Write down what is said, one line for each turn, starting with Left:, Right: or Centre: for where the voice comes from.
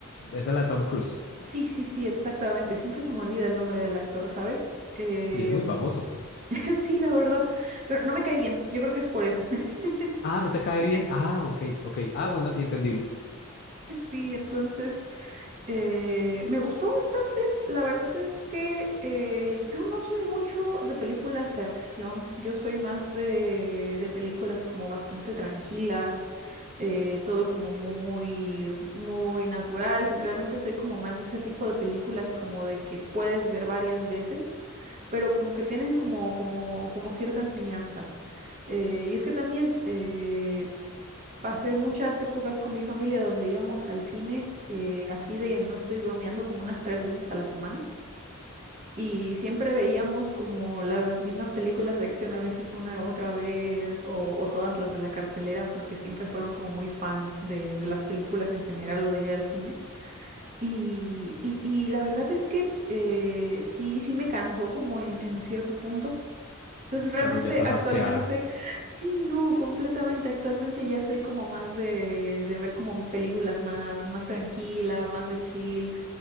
Left: Esa es la de Tom Cruise.
Right: Sí, sí, sí, exactamente. Siempre se me olvida el nombre del actor, ¿sabes? Eh,
Left: Y es muy famoso.
Right: <laughs> sí, la verdad, pero no me cae bien. Yo creo que es por eso. <laughs>
Left: Ah, ¿no te cae bien? Ah, ok, ok. Ah, bueno, sí, entendible.
Right: Sí, entonces, Eh, me gustó bastante. La verdad es que eh, yo no soy mucho de películas de acción. Yo soy más de, de películas como bastante tranquilas, eh, todo como muy, muy natural. Generalmente soy como más de ese tipo de películas como de que puedes ver varias veces, pero como que tienen como, como, como cierta enseñanza. Eh, y es que también, eh, Pasé muchas épocas con mi familia donde íbamos al cine, eh, así de, no estoy bromeando, como unas tres veces a la semana. Y siempre veíamos como las mismas películas de acción, a veces una u otra vez, o, o todas las de la cartelera, porque siempre fueron como muy fan de, de las películas en general o de ir al cine. Y, y, y la verdad es que eh, sí, sí me cansó como en, en cierto punto entonces
Left: Ah,
Right: realmente
Left: claro, ya estás
Right: actualmente,
Left: hasteada.
Right: sí, no, completamente, actualmente ya soy como más de, de ver como películas más, más tranquila, más de chill.